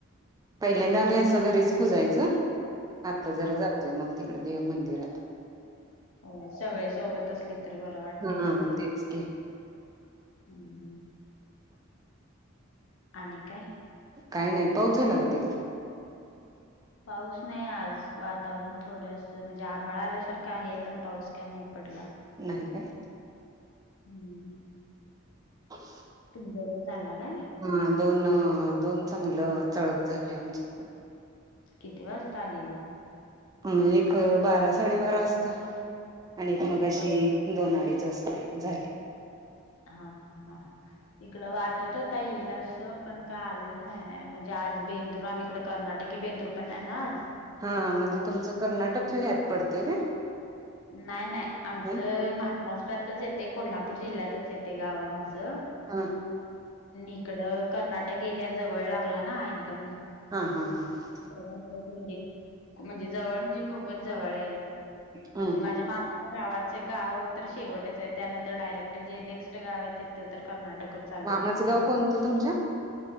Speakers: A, on the right; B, on the left.
A: पहिल्यांदा आम्ही असं घरीच पुुजायच. आता
B: हा
A: जरा जातोय मग. तिकडे देव मंदिरात
B: हो सगळे सोबत असलेत तर बर वाटतय
A: हा
B: थोड. हम्
A: तेच की
B: हम्. आणि काय?
A: काही नाही पाउस झाला काय तिकड
B: पाऊस नाही आज वातावरण थोडस म्हणजे आभाळ आल्यासारखं आहे पण पाऊस काय नाही पडला
A: नाही काय
B: हम्म.
A: ब
B: तुमच्याकडे झाला काय?
A: हा दोन दोन चांगलं चळक झाले आमची इकड
B: किती वाजता आलेला
A: अ एक बारा साडे बारा असता आणि एक मगाशी
B: होय ना.
A: दोन अडीच असता एक झाली.
B: हा-हा इकड वाटत होता येईल असं पण काय आलेलं नाही म्हणजे आज बेंदूर आम इकड कर्नाटक कि बेंदूर पण ना ये ना आज.
A: हा म्हणजे तुमचं कर्नाटकच्या ह्यात पडते काय?
B: नाय नाय आमचं
A: ह
B: महाराष्ट्रातच येतय कोल्हापूर जिल्ह्यातच येतय गाव आमचं
A: हा
B: इकडं कर्नाटक एरिया जवळ लागला ना एकदम
A: हा हा हा हा
B: म्हणजे-म्हणजे जवळ म्हणजे खूपच जवळ आहेत
A: ह
B: म्हणजे माझ्या मामा गावाचे गाव तर शेवटच आहे त्यानंतर डायरेक्ट जे नेक्स्ट गाव आहे तिथे तर कर्नाटक चालू
A: मामाचं
B: होती त्या गाव
A: कोणतं तुमच्या?